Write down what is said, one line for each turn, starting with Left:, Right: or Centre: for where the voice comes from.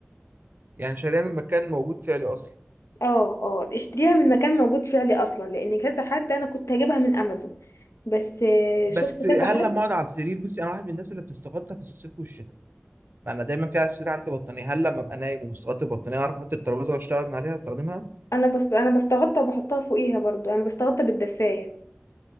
Right: يعني شاريها من مكان موجود فعلي اصلا
Left: اه اه اشتريها من مكان موجود فعلي اصلا لان كذا حد انا كنت هجيبها من امازون بس آه،
Right: بس
Left: شفت
Right: هل
Left: كذا حد
Right: لما اقعد على السرير بصي انا واحد من الناس اللي بتستغطى في الصيف والشتاء انا دايما في على السرير عندي بطانيه هل لما ابقى نايم ومستغطي البطانيه اعرف احط الترابيزه واشتغل من عليها استخدمها
Left: انا بس انا بستغطى وبحطها فوقيها برضو انا بستغطى بالدفاية